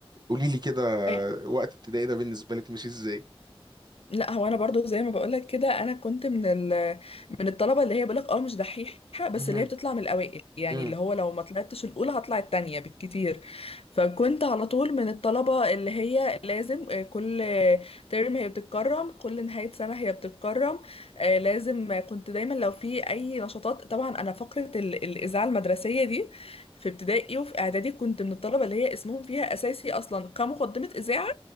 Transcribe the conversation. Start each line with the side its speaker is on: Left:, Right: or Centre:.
Right: قولي لي كده
Left: أي-
Right: وقت ابتدائي ده بالنسبة لك مش إزاي
Left: لا هو انا برضو زي ما بقولك كده انا كنت من ال... من الطلبه اللي هي بقولك اه مش دحيحه بس
Right: مهم.
Left: اللي هي بتطلع من الاوائل يعني
Right: مم.
Left: اللي هو لو ما طلعتش الاولى هطلع التانية بالكتير فكنت على طول من الطلبه اللي هي لازم آه، كل ترم هي بتتكرم كل نهايه سنه هي بتتكرم آه، لازم كنت دايما لو في اي نشاطات طبعا انا فقره ال... الاذاعه المدرسيه دي في ابتدائي وفي اعدادي كنت من الطلبه اللي هي اسمهم فيها اساسي اصلا كمقدمه اذاعه